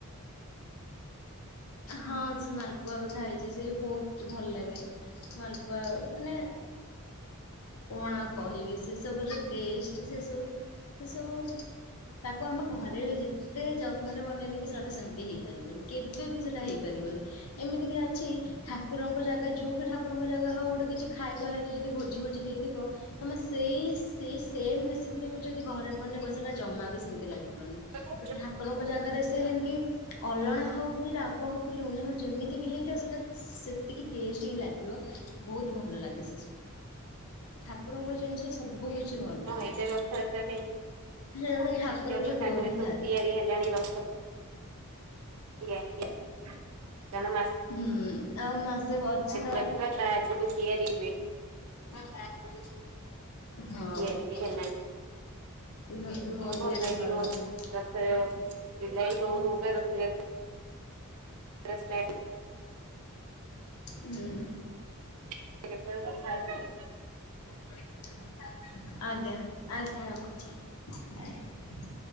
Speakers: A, on the left; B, on the right.
A: ହଁ। ସେ ମାଲପୁଆ ବି ଖାଇଛି ସେ ବି ବହୁତ ଭଲ ଲାଗେ ମାଲପୁଆ ମାନେ କଣ ଆଉ କହିବି ସେ ସବୁଯଉ ଟେଷ୍ଟ ସେ ସବୁ ସେ ସବୁ ତାକୁ ଆମ ଘରେ ବି ଯେତେ ଯତ୍ନରେ ବନେଇଲେ ବି ସେଟା ସେମିତି ହେଇପାରିବନି କେବେ ବି ସେଟା ହେଇପାରିବ ଏମିତି କିି ଅଛି ଠାକୁରଙ୍କ ଜାଗା ଯୋଉ ବି ଠାକୁରଙ୍କ ଜାଗା ହଉ ଗୋଟେ କିଛି ଖାଇବା ହେଠି ଯଦି ଭୋଜି ଗୋ ହେଇଥିବ ତମେ ସେଇ ସେଇ ସେମ ରେସିପିରେ ବି ଯଦି ଘରେ ବନେଇବ ସେଟା ଜମା ବି ସେମତି ଲା ଲାଗିବନି
B: ହଁ
A: ଠାକୁରଙ୍କ ଜାଗାରେ ସେ ହେି ଅଲଣା ହଉ କି ରା ଗ ହଉ କି ଲୁଣିଆ ହଉ ଯେମିତି ବି ହେଇଥାଉ ସେଟା ସେତିକି ଟେଷ୍ଟ ହି ଲାଗିବ ବହୁତ ଭଲ ଲାଗେ। ଠାକୁରଙ୍କ ଜିନିଷ ସବୁ କିଛି ଭଲ ଲାଗେ।
B: ଏବେ ରଥଯାତ୍ରା ପାଇଁ
A: ସେ ଗୋଟେ ଠାକୁରଙ୍କ
B: ବି
A: ଡୋରି
B: କାଠରେ ସବୁ
A: ଥାଏ।
B: ତିଆରି
A: <inaudible>
B: ହେଲାଣି ରଥ ତିଆରି କାରଣ ମାସେ
A: ହୁଁ। ଆଉ ମାସେ ଅଛି ତ।
B: ଯାତ୍ରା ତା ଆଗରୁ ତିଆରି ହୁଏ।
A: ହଁ ଅଁ ତ ସତି
B: ତିଆରି ବି ହେଲାଣି
A: ହ
B: ଭଲ
A: କେ ଦେ
B: ଲାଗିବ
A: ଖାଦନ୍ତି <inaudible>
B: ରଥ ଜୁଲାଇ ହଉ ହଉକା ରଥଯାତ୍ରା ଷ୍ଟାର୍ଟ
A: <inaudible> ହୁଁ
B: ସେ କେତେବେଳେ କଥା ହେବ?
A: ହ ଆଜ୍ଞା ଆଜ୍ଞା ରଖୁଚି ବାଏ।